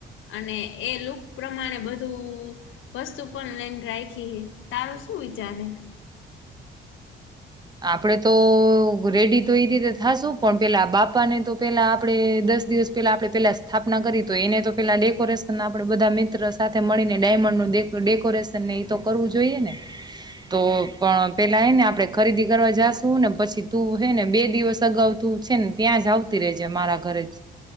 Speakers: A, on the left (about 80°); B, on the right (about 20°).
A: અને એ લુક પ્રમાણે બધું, વસ્તુ પણ લઈને રાયખી હે, તારે હું વિચારે હે?
B: આપડે તો રેડી તો એઈ રીતે થાશું પણ પેલા બાપા ને તો પેલા આપડણે દ દસ દિવસ પહેલા આપણે પેલા સ્થાપના કરી તો એને તો પેલા ડેકોરેશન આપણે બધા મિત્ર સાથે મળીને ડાયમંડ ડેકોરેશન ને એ કરવું જોઈએ ને, તો પણ પેલાને આપ ખરીદી કરવા જાશું ને પછી તું હે ને બે દિવસ અગાઉ તું છે ને ત્યાં જ આવતી રેજે મારા ઘરે. ઘરે જ.